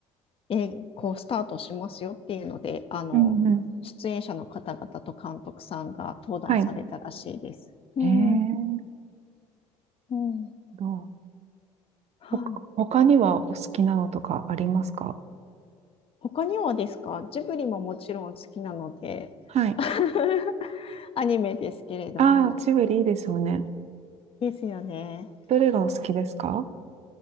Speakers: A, on the left; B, on the right.
A: え、こうスタートしますよっていうので、あの、
B: うんうん。
A: 出演者の方々と監督さんが登壇されたらしいです。
B: はい。
A: うん、
B: へえ、
A: うん。
B: どう。
A: はい。
B: ほか、他にはお好きなのとかありますか
A: 他にはですかジブリももちろん好きなので、
B: はい。
A: <laughs> アニメですけれども。
B: ああ、ジブリいいですよね。
A: ですよね。
B: どれがお好きですか